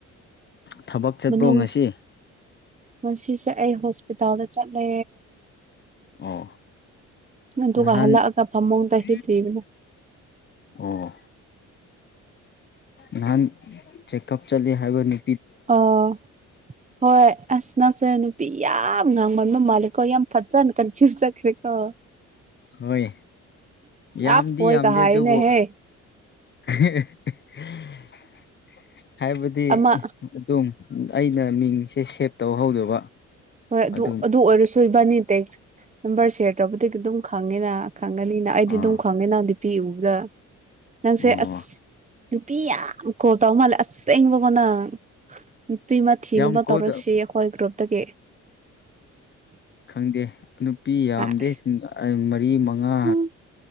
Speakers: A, on the left (about 35°); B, on the right (about 25°).
A: ꯊꯕꯛ ꯆꯠꯄ꯭ꯔꯣ
B: ꯃꯅꯨꯡ
A: ꯉꯁꯤ
B: ꯉꯁꯤꯁꯦ ꯑꯩ ꯍꯣꯁꯄꯤꯇꯥꯜꯗ ꯆꯠꯂꯦ
A: ꯑꯣ
B: ꯑꯗꯨꯒ
A: ꯅꯍꯥꯟꯔꯤꯔꯤ
B: ꯍꯜꯂꯛꯑꯒ ꯐꯃꯨꯡꯗ ꯍꯤꯞꯂꯤꯕꯅꯦ
A: ꯑꯣ ꯅꯍꯥꯟ ꯆꯦꯛꯀꯑꯞ ꯆꯠ ꯍꯥꯏꯕꯅꯤ
B: ꯑꯣ ꯍꯣꯏ ꯑꯁ ꯅꯁꯦ ꯅꯨꯄꯤ ꯌꯥꯝ ꯉꯥꯡꯕꯟꯕ ꯃꯥꯂꯀꯣ ꯌꯥꯝ ꯐꯖꯅꯤ ꯀꯟꯐ꯭ꯨꯁ ꯂꯈꯦꯀꯣ
A: ꯍꯣꯏ ꯌꯥꯝꯗꯤ
B: ꯑꯁ ꯍꯣꯏꯒ
A: ꯌꯥꯝꯗꯦ
B: ꯍꯥꯏꯅꯦꯍꯦ
A: ꯑꯗꯨꯕꯨ <unintelligible> ꯍꯥꯏꯕꯗꯤ
B: ꯑꯃ
A: ꯑꯗꯨꯝ ꯑꯩꯅ ꯃꯤꯡꯁꯦ ꯁꯦꯞ ꯇꯧꯍꯧꯗꯕ
B: ꯍꯣꯏ ꯑꯗꯨ
A: ꯑꯗꯨꯝ
B: ꯑꯗꯨ ꯑꯣꯏꯔꯁꯨ ꯏꯕꯅꯤ ꯇꯦꯛꯁ ꯅꯝꯕꯔ ꯁꯦꯌꯔ ꯇꯧꯕꯗꯒꯤ ꯑꯗꯨꯝ ꯈꯪꯉꯦꯅ ꯈꯪꯉꯅꯤꯅ ꯑꯩꯗꯤ
A: ꯑꯥ
B: ꯑꯗꯨꯝ ꯈꯪꯉꯦꯅ ꯅꯨꯄꯤ ꯎꯗ ꯅꯪꯁꯦ
A: ꯑꯣ
B: ꯑꯁ ꯅꯨꯄꯤ ꯌꯥꯝ ꯀꯣꯜ ꯇꯧ ꯃꯥꯜꯂꯦ ꯑꯁꯦꯡꯕ ꯑꯣꯣ ꯅꯪ ꯅꯨꯄꯤ ꯑꯃ ꯊꯤꯅꯕ
A: ꯌꯥꯝ ꯀꯣꯜ
B: ꯇꯧꯔꯁꯤ ꯑꯩꯈꯣꯏ ꯒ꯭ꯔꯨꯞꯇꯒꯤ
A: ꯈꯪꯗꯦ ꯅꯨꯄꯤ ꯌꯥꯝꯗꯦ
B: ꯑꯁ
A: ꯃꯔꯤ ꯃꯉꯥ
B: ꯎꯝ